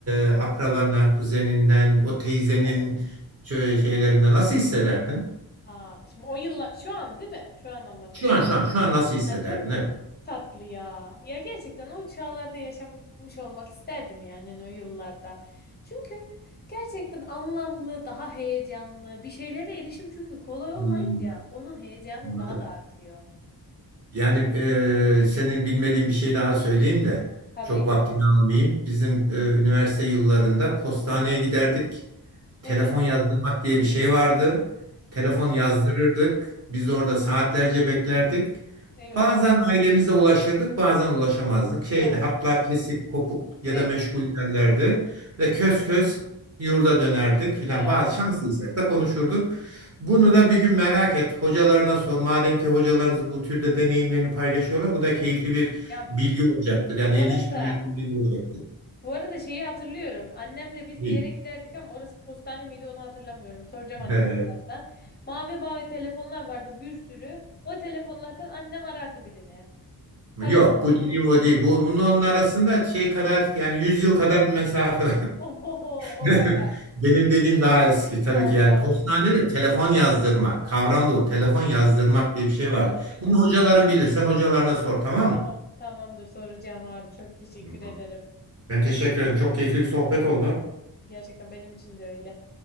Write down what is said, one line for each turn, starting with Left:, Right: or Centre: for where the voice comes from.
Right: e, akrabandan, kuzeninden, o teyzenin
Left: evet.
Right: şöyle şeylerinden nasıl hissederdin?
Left: Aa, şimdi o yıllar şu an değil mi? Şu andan bahsediyorum.
Right: Şu an şu an şu an nasıl hissederdin?
Left: Ay, çok
Right: Evet.
Left: tatlı ya. Ya gerçekten o çağlarda yaşamış olmak isterdim yani hani o yıllarda. Çünkü gerçekten anlamlı, daha heyecanlı bir şeylere erişim çünkü kolay olmayınca
Right: Hmm,
Left: onun heyecanı
Right: anladım.
Left: daha da artıyor.
Right: Yani eee, senin bilmediğin bir şey daha söyleyeyim de
Left: Tabii.
Right: çok vaktini almayayım. Bizim eee, üniversite yıllarında postaneye giderdik. Telefon
Left: Evet.
Right: yazdırmak diye bir şey vardı. Telefon
Left: Oo,
Right: yazdırırdık. Biz orada saatlerce beklerdik.
Left: eyvah.
Right: Bazen ailemize ulaşırdık, bazen ulaşamazdık. Şeydi,
Left: Ya.
Right: hatlar kesik, kopuk ya
Left: Tüh.
Right: da meşgul derlerdi. Ve kös kös yurda dönerdik filan.
Left: Ya.
Right: Bazı şanslıysak da konuşurduk. Bunu da bir gün merak et. Hocalarına sor. Madem ki hocalarınız bu türde deneyimlerini paylaşıyorlar, bu da keyifli bir
Left: Ya
Right: bilgi olacaktır. Yani
Left: bu
Right: ilginç
Left: arada
Right: bir bilgi olacaktır.
Left: Bu arada şeyi hatırlıyorum. Annemle biz
Right: Değil.
Left: bir yere giderdik ama orası postane miydi onu hatırlamıyorum. Soracağım
Right: <laughs>
Left: anneme birazdan. Mavi mavi telefonlar vardı bir sürü. O telefonlardan annem arardı birini.
Right: Yok
Left: Parasını
Right: bu
Left: verip.
Right: dediğim o değil. Bu, bunun onun arasında şey kadar yani 100 yıl kadar bir mesafe.
Left: <laughs> Oho
Right: <laughs>
Left: o kadar.
Right: Benim dediğim daha eski tabii
Left: Tamam.
Right: ki yani postanede telefon yazdırmak. Kavram bu. Telefon yazdırmak diye bir şey
Left: Telefon
Right: vardı.
Left: yazdım.
Right: Bunu hocaların bilir. Sen hocalarına sor tamam
Left: Tamam.
Right: mı?
Left: Tamamdır soracağım abi. Çok teşekkür
Right: Tamam.
Left: ederim.
Right: Ben teşekkür ederim. Çok keyifli bir sohbet oldu.
Left: Gerçekten benim için de öyle.